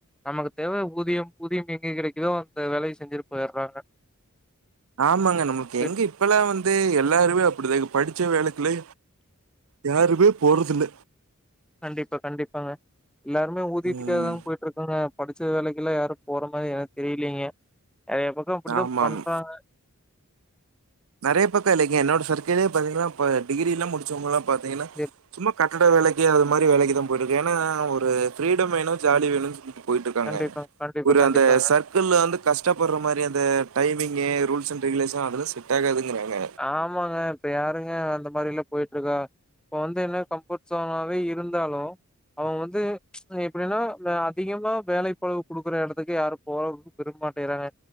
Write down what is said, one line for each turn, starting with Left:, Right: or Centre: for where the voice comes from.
Centre: நமக்கு தேவ ஊதியம் ஊதியம் எங்கே கிடைக்குதோ அந்த வேலைய செஞ்சுட்டு போயற்றாங்க
Right: ஆமாங்க நமக்கு எங்க
Centre: இருக்கு.
Right: இப்பல்லா வந்து எல்லாருமே அப்படிதாங்க படிச்ச வேலைக்குலா யாருமே போறது இல்ல
Centre: கண்டிப்பா கண்டிப்பாங்க எல்லாருமே ஊதியத்துக்காக
Right: ம்
Centre: தா போயிட்டுருக் காங்க படிச்ச வேலைக்குல்லா யாரு போற மாரி எனக்கு தெரியிலைங்க நெறைய பக்க அப்டிதா
Right: ஆமாம்
Centre: பண்றாங்க
Right: நெறைய பக்க இல்லைங்க என்னோட சர்க்கல்லேயே பாத்தீங்கன்னா இப்ப டிகிர எல்லா முடிச்சவங்கல்லா பாத்தீங்கன்னா
Centre: சரி.
Right: சும்மா கட்டிட வேலைக்கு அது மாரி வேலைக்கு தா போயிட்டு இருக்கு ஏன்னா ஒரு ஃப்ரீடம் வேணு ஜாலி வேணுனு சொல்லிடு போயிட்டு இருக்காங்க
Centre: கண்டிப்பா, கண்டிப்பா,
Right: ஒரு
Centre: கண்டிப்பா.
Right: அந்த சர்க் கள்ல வந்து கஷ்டப்படுற மாரி அந்த டைமிங்கு ரூல்ஸ் அண்ட் ரெகுலேஷன் அதெல்லா செட் ஆகாதுங்குறாங்க
Centre: ஆமாங்க இப்ப யாருங்க அந்த மாரிலா போயிட்ருக்கா இப்ப வந்து என்ன கம்ஃபர்ட் சோனாவே இருந்தாலு அவங்க வந்து எப்டின்னா வே அதிகமா வேலைப்பழு குடுக்குற எடத்துக்கு யாரு போறதுக்கு விரும்ப மாட்டேங்றாங்க